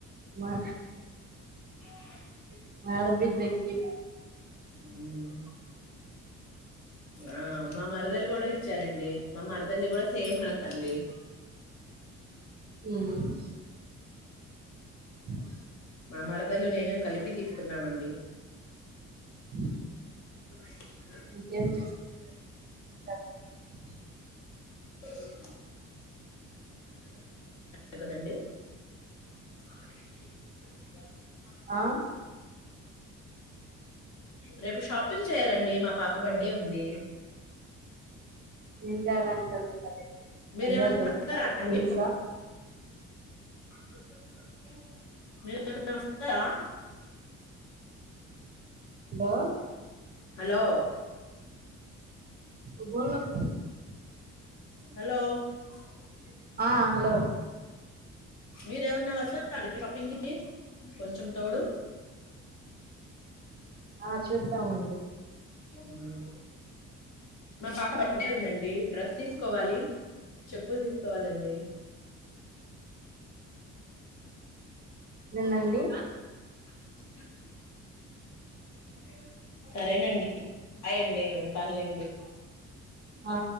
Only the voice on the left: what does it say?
<inaudible>
మ్మ్ ఆ మా మరదలి గూడ ఇచ్చారండి మా మరదల్ది కూడ సేమ్ డ్రస్ అండి
మా మరదల్లు నేన్‌ నేన్కలిపి తీసుకున్నామండి
<inaudible>
<inaudible> <inaudible> <unintelligible> <unintelligible> కదండి <inaudible> <inaudible>
రేపు షాపింగ్ చేయాలండి మా పాప బర్డ్డే ఉంది
మీరేమన్నాంటారా
అండి
<unintelligible>
హలో
హలో <unintelligible>
మీరు ఏమన్నా వస్తారా షాపింగ్ కి కొంచెం తోడు
ఊహు మా పాప బర్త్డే ఉందండి డ్రెస్ తీసుకోవాలి చెప్పులు తీసుకో కోవాలండి
<inaudible> <unintelligible> సరేనండి బాయ్ అండి ఉంటానులేండి